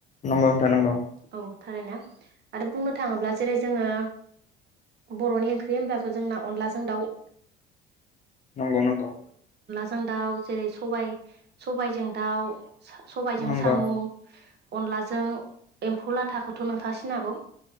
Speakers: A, on the left; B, on the right.
A: नंगौ नोंथां नंगौ
B: औ थारैनो आरो बुंनो थाङोब्ला जेरै जोङो बर'नि ओंख्रि होनब्लाथ' जोंना अनलाजों दाउ
A: नंगौ नंगौ
B: जों दाउ जेरै सबाय सबायजों दाउ, सबायजों
A: नंगौ
B: सामु अनलाजों एम्फौ लाथाखौथ' नोंथांङा सिनाय हागौ